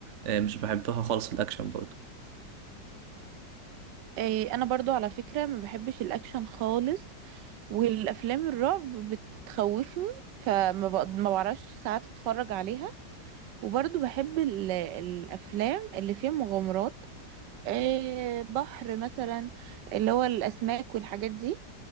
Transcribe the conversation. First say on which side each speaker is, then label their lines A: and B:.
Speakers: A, on the right; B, on the right.
A: آه، مش بحبها خالص الأكشن برضه
B: إيه انا برضو على فكرة ما بحبش الاكشن خالص والافلام الرعب بتخوفني فما بق- ما بعرفش ساعات اتفرج عليها وبرضه بحب ال- الافلام اللي فيها مغامرات آه، بحر مثلا اللي هو الاسماك والحاجات دي